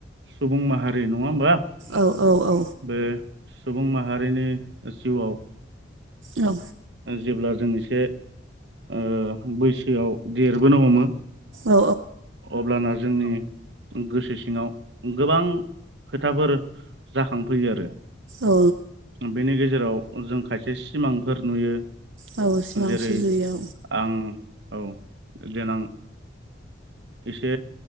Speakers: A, on the right; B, on the right.
A: सुबुं माहारि नङा होमबा
B: औ औ औ
A: बे सुबुं माहारिनि जिउआव
B: औ
A: जेब्ला जों एसे ओ बैसोआव देरबोनो हमो
B: औ
A: अब्ला ना जो जोंनि गोसो सिङाव गोबां खोथाफोर जाखांफैयो आरो
B: औ
A: बेनि गेजेराव जों खायसे सिमांफोर नुयो
B: औ सिमां
A: जेरै
B: सुजुयो
A: आं औ देनां एसे